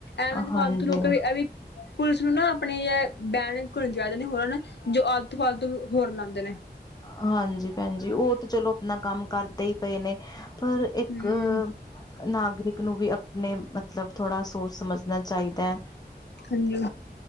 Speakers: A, on the left; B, on the left.
A: ਐਵੇਂ
B: ਹਾਂਜੀ
A: ਨੀ ਫਾਲਤੂ ਲੋਕਾਂ ਦੀ ਐਹ ਵੀ ਪੁਲਿਸ ਨੂੰ ਨਾ ਆਪਣੇ ਐ ਬੈਰਿੰਗ ਖੁਲ ਜਾਰੇ ਨੇ ਹੋਰ ਨਾ ਜੋ ਆਲਤੂ ਫਾਲਤੂ ਹੋਰ ਲਾਂਦੇ ਨੇ
B: ਹਾਂਜੀ ਭੈਣਜੀ ਓਹ ਤੇ ਚਲੋ ਅਪਨਾ ਕੰਮ ਕਰਦੇ ਹੀ ਪਏ ਨੇ ਪਰ ਇੱਕ
A: ਹਮ
B: ਨਾਗਰਿਕ ਨੂੰ ਵੀ ਅਪਣੇ ਮਤਲਬ ਥੋੜ੍ਹਾ ਸੋਚ ਸਮਝਣਾ ਚਾਹੀਦੈ।
A: ਹਾਂਜੀ